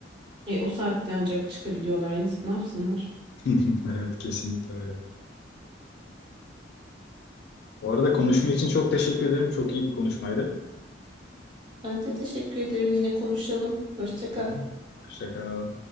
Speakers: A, on the right; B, on the left.
A: E, o saatte ancak çıkabiliyorlar yazık ne yapsınlar.
B: <laughs> Evet, kesinlikle öyle. Bu arada konuşma için çok teşekkür ederim. Çok iyi bir konuşmaydı.
A: Ben de teşekkür ederim yine konuşalım. Hoşça kal.
B: Hı hı. Hoşça kal.